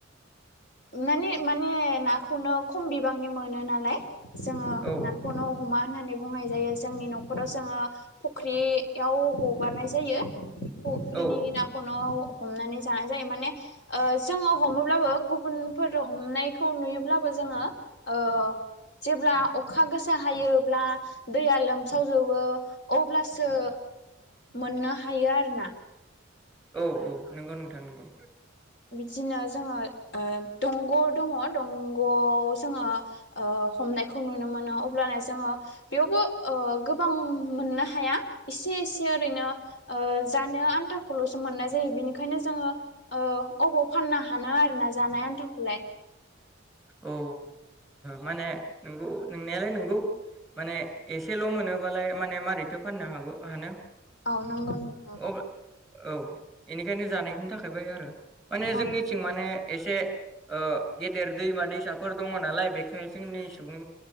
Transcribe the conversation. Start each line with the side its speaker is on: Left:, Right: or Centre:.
Left: माने माने नाखौनो खम बिबांनि मोनो नालाय जोङो
Centre: औ
Left: नाखौनो हमा होननानै बुंनाय जायो जोंनि न'खराव जोङो फुख्रियाव हगारनाय जायो फुख्रिनि
Centre: औ
Left: नाखौनो हमनानै जानाय जायो माने ओ जोङो हमोब्लाबो गुबुनफोर हमनायखौ नुयोब्लाबो जोङो ओ जेब्ला अखा गोसा हायोब्ला दैया लोमसा सावजोबो अब्लासो मोननो हायो आरो ना
Centre: औ औ नंगौ नोंथां नंगौ
Left: बिदिनो जोङो ओ दंग' दङ दंग'आव जोङो ओ हमनायखौ नुनो मोनो अब्लाना जोङो बेयावबो ओ गोबां मोननो हायो या एसे एसे ओरैनो ओ जानो आनथाखौल'सो मोननाय जायो बेनिखायनो जोङो ओ अबाव फाननो हाना आरोना जानाय आन्थाखौलाय
Centre: औ ओ माने नोंगौ नोंनायालाय नोंगौ माने एस सेल' मोनोबालाय माने माबारैथो फाननो हागौ हानो
Left: औ नंगौ नोंथां
Centre: ओ औ इनिखायनो जानायनि थाखायबाय आरो माने जोंनिथिं
Left: औ
Centre: माने एसे ओ गेदेर दैमा दैसाफोर दङ नालाय बेखाय जोंनि सुबुं